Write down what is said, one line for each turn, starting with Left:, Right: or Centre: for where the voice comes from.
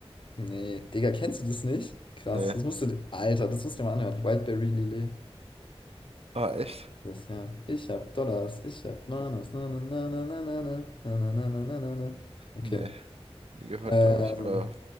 Left: Nee, Digga, kennst du das nicht? Krass,
Right: Nee.
Left: das musst du, Alter, das musst du dir mal anhören. Wildberry Lillet.
Right: Ah, echt?
Left: Das, ja. Ich hab Dollars, ich hab Manas. Na, na, na, na, na, na, na, na, na, na, na, na, na. Okay.
Right: Nee. Nie gehört,
Left: Ähm,
Right: glaube ich. Oder.